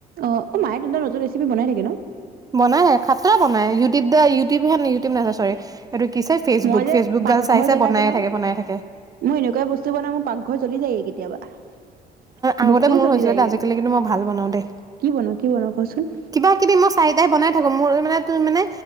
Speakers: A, on the right (about 60°); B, on the right (about 20°).
A: অ অ মায়ে তোমাৰ নতুন ৰেচিপি বনাই থাকে ন
B: বনাইে খাটা বনাই ইউটিউব দা ইউটিউব হে নে ইউটিউব ন চৰি এইটো কি চাই ফেচবুক
A: মই যে
B: ফেচবুক
A: পাকঘৰ
B: গাল চাই চাই
A: জ্বলাই
B: বনায়ে
A: পেলাও
B: থাকে বনাই থাকে
A: মই এনেকুৱাই বস্তু বনাওঁ মোৰ পাকঘৰ জ্বলি যায়গে কেতিয়াবা
B: আগতে
A: বস্তুও
B: মোৰ
A: জ্বলি
B: হৈছিলে
A: যায়গে
B: দে আজিকালি কিন্তু মই ভাল বনাও দেই
A: কি বনওঁ কি বনওঁ কচোন
B: কিবা কিবি মই চাৰিটাই মোৰ মানে তোৰ মানে